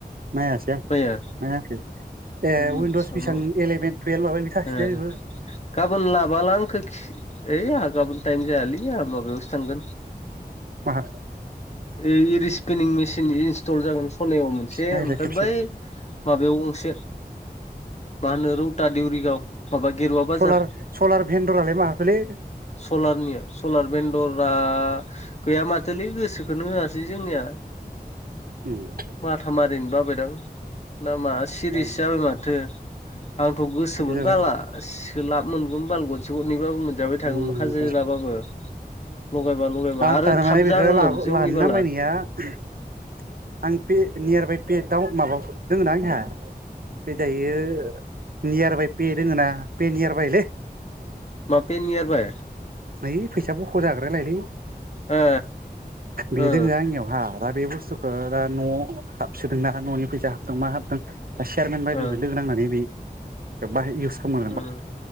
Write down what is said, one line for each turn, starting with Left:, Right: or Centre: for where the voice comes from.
Right: नायासै आं
Left: माया
Right: नायाखै ए
Left: उइनदस
Right: वइिनड'स बेसां इलेभेन टुयवेल्भ माबानि थाखायो
Left: ओ
Right: बेबो
Left: गाबोन लाबोला आंखौ खि ओइ आंहा गाबोन टाइम जायालै आंहा माबायावस थांगोन
Right: माहा
Left: ओइ इरिसपिनिं मेस सिन इन्स्टल जागोन खनायाव मोनसे
Right: नायलाय
Left: ओमफ्राय
Right: खेबसे
Left: बै माबायाव गंसे मा होनो रौता देउरिगाव माबा गेरुवा बाजार
Right: सलार सलार भेन्दरालाय माहाथोलै
Left: सलारनिया सलार बेन्दरा गैया माथोलै गोसोखोननो होआसै जोंनिया
Right: उम
Left: माथाामारिनो बाबायलां नाामा सिरिसो
Right: आं
Left: जाबाय माथो आंथ' गोसोमोन
Right: जाबाय
Left: बाला सोलाब मोनगोन बाल गरसे गरनैबाबो मोन मोनजाबाय थागौमोन
Right: उम
Left: हाजेरा बाबो लगायबा लगायबा
Right: आं
Left: आरो
Right: थारमाने
Left: थाब
Right: बेखौ
Left: जागोमोन
Right: लाबो
Left: जोंनि
Right: लानो
Left: बाला
Right: नामायनाया आं पे नियार बाइ पे दआव माबा दङ ना बो आंनिया बे दायो नियार बाइ पे दोङो ना पे नियार बायलै
Left: मा बेे नियारबाय
Right: ओइ फैसा बख'जाग्रायालायलै
Left: ओ
Right: बे
Left: ओ
Right: दोङो आंनियावहा दा बे बुस्थुखो दा न' हाबसोदोंना न'नि फैसा हाबदों मा हाबदों दा चेयारमेन बायदुनदो
Left: ओ
Right: लोगो नांनानै बि दा बाहाय इउस खालामो
Left: उम